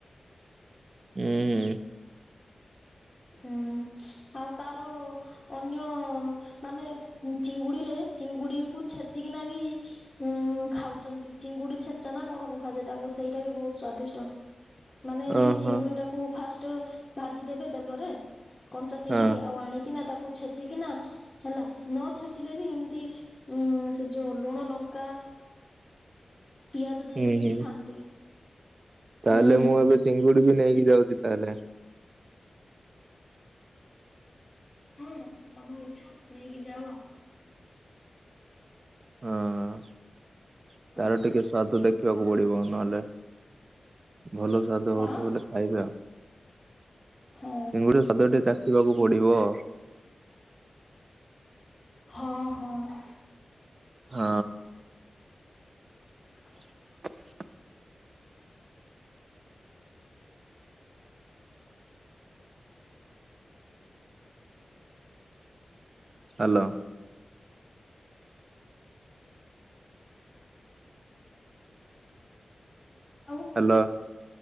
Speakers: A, on the right; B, on the left.
A: ହୁଁ, ହୁଁ।
B: ହୁଁ ଆଉ ତାର ଅନ୍ୟ ମାନେ ଚିଙ୍ଗୁଡିରେ ଚିଙ୍ଗୁଡିକୁୁ ଛେଚିକିନା ବି ଉଁ ଖାଉଛନ୍ତି, ଚିଙ୍ଗୁଡି ଛେଚା ନା କଣ କୁହାଯାଏ ତାକୁ, ସେଇଟା ବି ବହୁତ ସ୍ଵାଦିଷ୍ଟ। ମାନେ ଏମିତି
A: ଓହୋ
B: ଚିଙ୍ଗୁଡି ଟାକୁ ଫାଷ୍ଟ ଭାଜି ଦେେବେ ତେଲରେ କଞ୍ଚା ଚିଙ୍ଗୁଡି
A: ହଁ
B: ଆଉ ଆଣିକିନା, ତାକୁ ଛେଚିକିନା ହେଲା, ନ ଛେଚିଲେ ବି ଏମିତି ଉଁ ସେ ଯୋଉ ଲୁଣ ଲଙ୍କା ପିଆଜ ଦେଇକିରି
A: ହୁଁ ହୁଁ।
B: ବି ଖାଆନ୍ତି।
A: ତାହେଲେ
B: ହୁଁ
A: ମୁଁ ଏବେ ଚିଙ୍ଗୁଡି ବି ନେଇକି ଯାଉଛି ତାହେଲେ
B: <unintelligible> ତମ ଇଚ୍ଛା ନେଇକି ଯାଅ।
A: ହଁ ତାର
B: ହଁ
A: ଟିକେ ସ୍ୱାଦ ଦେଖିବାକୁ ପଡିବ। ନହେଲେ ଭଲ ସ୍ଵାଦ
B: କଣ?
A: ହଉଥ ବଲେ ଖାଇବେ ଆଉ
B: ହଁ
A: ଚିଙ୍ଗୁଡ଼ି ର ସ୍ୱାଦ ଟିକେ ଚାଖିବାକୁ ପଡିବ।
B: ହଁ ହଁ।
A: ହଁ।
B: <inaudible>
A: <inaudible> ହଲୋ
B: <unintelligible>
A: ହ୍ୟାଲୋ